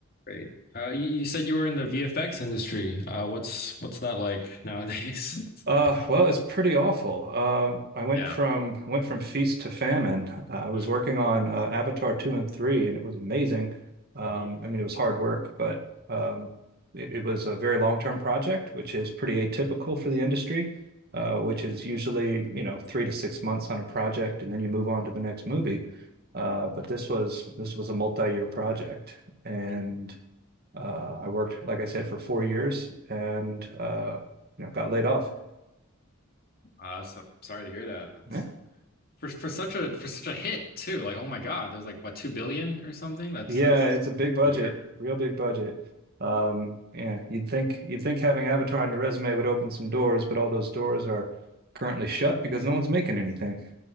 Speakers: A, on the left (about 45°); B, on the right (about 50°).
A: Great. Uh, you, you said you were in the VFX industry. Uh, what's what's that like nowadays? <laughs> What's that
B: Uh,
A: like?
B: well, it's pretty awful. Um, I went
A: Yeah.
B: from I went from feast to famine. Uh, I was
A: Mm-hmm.
B: working on uh, Avatar two and three, and it was amazing. Um,
A: Mm-hmm.
B: I mean, it was hard work, but um, it, it was a very long-term project, which is pretty atypical for the industry, uh, which is usually, you know, three to six months on a project, and then you move on to the next movie. Uh, but this was this was a multi-year project, and
A: Mm-hmm.
B: uh, I worked, like I said, for four years and uh, you know, got laid off.
A: Uh, so sorry to hear that. That's
B: Yeah.
A: for for such a for such a hit too. Like, oh my God, there was like what two billion or something. That's
B: Yeah,
A: that's
B: it's a big budget,
A: to hear.
B: real big budget. Um, yeah, you'd think you'd think having Avatar on your resume would open some doors, but all those doors are currently shut because no one's making anything.